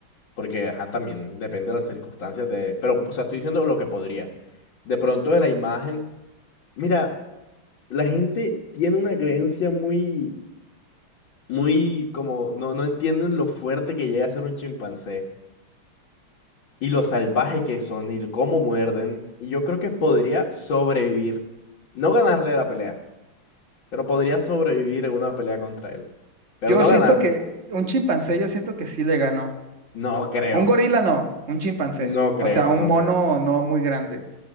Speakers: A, on the left; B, on the right.
A: porque, ajá, también depende de las circunstancias de... Pero, o sea, estoy diciendo lo que podría. De pronto de la imagen, mira, la gente tiene una creencia muy, muy como, no, no entienden lo fuerte que llega a ser un chimpancé y lo salvaje que son y cómo muerden. Y yo creo que podría sobrevivir, no ganarle la pelea, pero podría sobrevivir en una pelea contra él. Pero
B: Yo
A: no
B: siento
A: ganar,
B: que un chimpancé, yo siento que sí le ganó.
A: no creo,
B: Un gorila no, un chimpancé.
A: no creo,
B: O sea, un
A: no
B: mono
A: creo,
B: no muy grande.